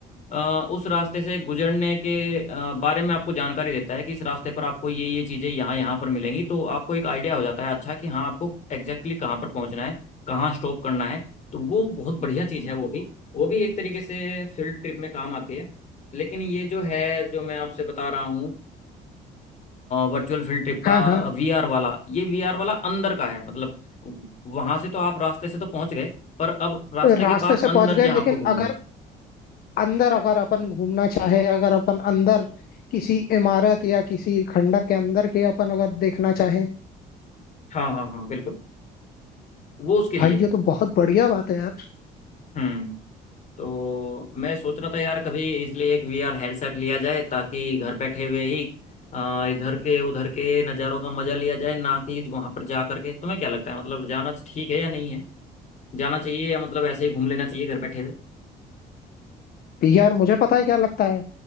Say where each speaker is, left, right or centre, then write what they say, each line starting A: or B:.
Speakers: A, on the left; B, on the left.
A: अ, उस रास्ते से गुजरने के अ, बारे में आपको जानकारी देता है कि इस रास्ते पर आपको ये ये चीज़ें यहाँ यहाँ पर मिलेंगी तो आपको एक आइडिया हो जाता है अच्छा कि हाँ आपको एग्जैक्टली exactly कहाँ पर पहुंचना है कहाँ स्टॉप करना है तो वो बहुत बढ़िया चीज़ है वो भी वो भी एक तरीके से फील्ड ट्रिप में काम आती है लेकिन ये जो है जो मैं आपसे बता रहा हूँ वर्चुअल फील्ड ट्रिप का
B: हाँ हाँ
A: वीआर वाला ये वीआर वाला अंदर का है मतलब वहां से तो आप रास्ते से तो पहुंच गए पर अब रास्ते
B: रास्ते
A: के बाद
B: से
A: अंदर
B: पहुंच गए
A: जहाँ
B: लेकिन
A: आपको घूमना
B: अगर
A: है
B: अंदर अगर अपन घूमना चाहे अगर अपन अंदर किसी इमारत या किसी खंडर के अंदर के अपन अगर देखना चाहे
A: हाँ हाँ हाँ बिल्कुल वो उसके लिए
B: भाई
A: है
B: ये तो बहुत बढ़िया बात है यार
A: हम्म तो मैं सोच रहा था यार कभी इसलिए एक वीआर हेडसेट लिया जाए ताकि घर बैठे हुए ही अ, इधर के उधर के नज़ारों का मजा लिया जाए ना कि वहां पर जा करके तुम्हें क्या लगता है मतलब जाना तो ठीक है या नहीं है जाना चाहिए या मतलब ऐसे ही घूम लेना चाहिए घर बैठे हुए
B: यार मुझे पता है क्या लगता है